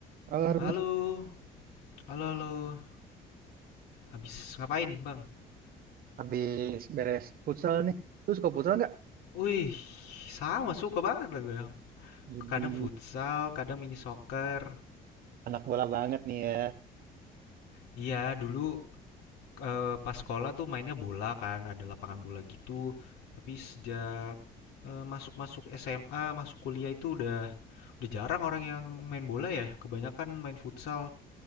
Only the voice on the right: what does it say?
Halo Harvey,
habis beres futsal nih. Lu suka futsal nggak?
Jadi
anak bola banget nih ya.